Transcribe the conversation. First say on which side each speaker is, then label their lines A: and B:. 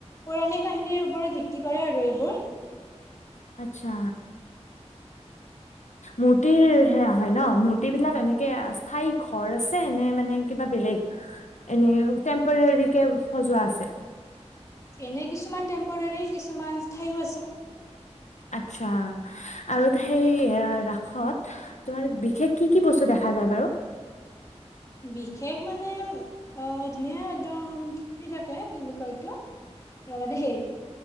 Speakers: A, on the left; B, on the left.
A: পুৰণি কাহিনীৰ ওপৰত ভিত্তি কৰে আৰু এইবোৰ।
B: আচ্ছা। মূৰ্তিৰ সেয়া হয় ন? মূৰ্তি বিলাক এনেকে স্থায়ী ঘৰ আছে নে মানে কিবা বেলেগ? এনে টেম্পৰেৰী কে সজোৱা আছে।
A: এনে কিছুমান টেম্পৰাৰী কিছুমান ঠায়ো আছে।
B: আচ্ছা, আৰু সেই ৰাসত তোমাৰ বিশেষ কি কি বস্তু দেখা যায় বাৰু?
A: বিশেষ মানে ধুনীয়া একদম হেৰি থাকে, কি বুলি কয় এইটো? ৰবা দেই,